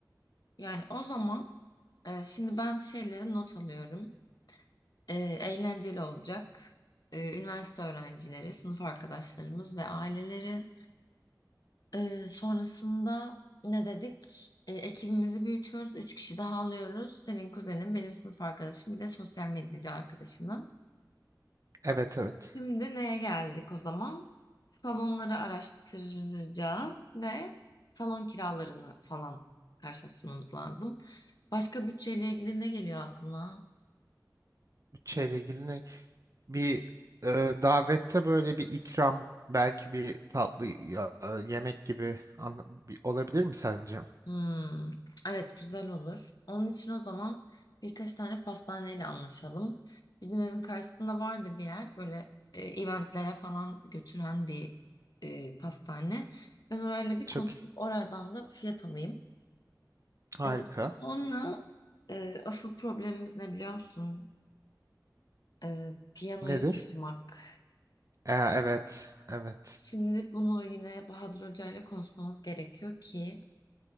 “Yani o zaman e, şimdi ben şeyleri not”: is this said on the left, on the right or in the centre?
Left